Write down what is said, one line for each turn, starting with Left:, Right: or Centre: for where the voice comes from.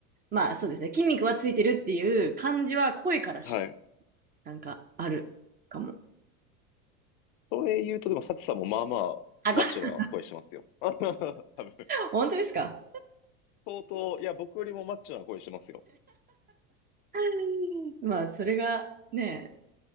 Right: まあそうですね、筋肉はついてるっていう感じは声からして、
Left: はい。
Right: なんかあるかも。
Left: それ言うと、でも、サチさんもまあまあ、
Right: あ、
Left: マッチョな声してますよ。
Right: これ、
Left: <laughs> 多分。
Right: 本当ですか
Left: 相当、いや、僕よりもマッチョな声してますよ。
Right: <laughs> まあ、それがね、